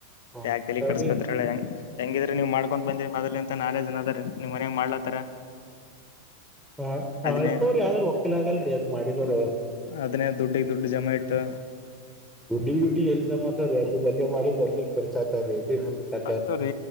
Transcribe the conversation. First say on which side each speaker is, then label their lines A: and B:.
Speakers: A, in the centre; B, on the left.
A: ಹ
B: ಆಗ್ಲಿ
A: ಸರಿ
B: ಕಡಸ್ಕೊತಲ್ಲ ಹೆ ಹೆಂಗಿದ್ರೆ ನೀವ್ ಮಾಡ್ಕೊಂಡ್ ಬಂದಿರಿ ಮೊದ ಮತ್ತ ನಾೆ ಜನ ಅದಾರ ನಿಮ್ ಮನ್ಯಾಗ ಮಾಡ್ಲತ್ತಾರ
A: ಹ
B: ಅದನ್ನೇ
A: ಅಳ್ತವ್ರಿ ಯಾವ್ದ್ರ ಒಕ್ಕೀಲ್ ಆಗಲ್ರಿ ಅದ್ ಮಾಡಿದ್ರ
B: ಅದೇ ದುಡ್ಡಿಗೆ ದುಡ್ಡು ಜಮ ಇಟ್ಟು
A: ಗುಡ್ಡಿ ಗುಡ್ಡಿ ಎಲ್ಲಿ ಜಮಾತ ಅಲ್ಲಿ ಅಲ್ಲೇ ಮಾಡಿದ ಅಲ್ಲೇ ಖರ್ಚ ಆಗ್ತ ಮು
B: ಆಗ್ತವ್ರೀ